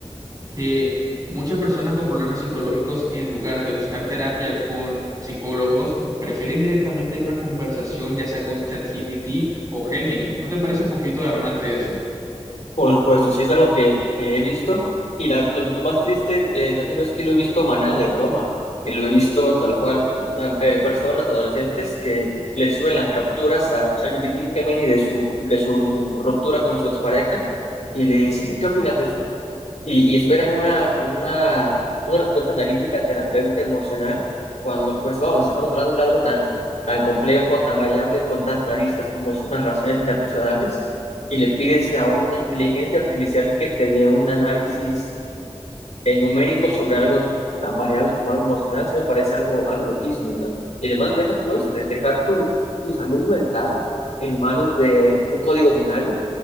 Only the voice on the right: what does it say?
que muchas personas con problemas psicológicos, en lugar de buscar terapia con psicólogos, prefieren directamente en una conversación, ya sea con ChatGPT o Gemini. ¿No te parece un poquito alarmante eso?